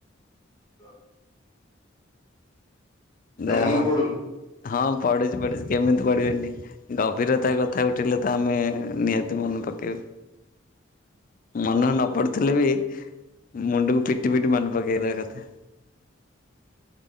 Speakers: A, on the left (about 20°); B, on the left (about 45°).
A: <inaudible> ନା
B: ଦେହ
A: ମନେ ପଡୁନି
B: ହଁ ପଢୁଛି ପଢୁଛି କେମିତି ପଢିବେନି। ଗଭୀରତା କଥା ଉଠିଲେ ତ ଆମେ ନିହାତି ମନେ ପକେଇବୁ। ମନ ନ ପଡୁଥିଲେ ବି ମୁଣ୍ଡକୁ ପିଟି ପିଟି ମନେ ପକେଇଦବା କଥା।